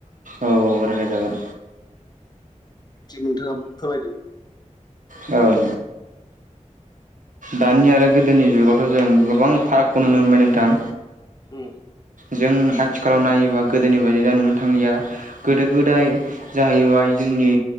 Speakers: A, on the right; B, on the left.
A: औ औ रायलाय जागोन
B: थि नोंथाङा फोरमायदो
A: औ दानि आरो गोदोनि जुगावथ' जों गोबां फारागखौ नुनो मोनबाय नोंथां
B: उ
A: जों आथिखालाव नायोबा गोदोनि बायदि दा नुनो थांलिया गोदो गोदाय जाहैबाय जोंनि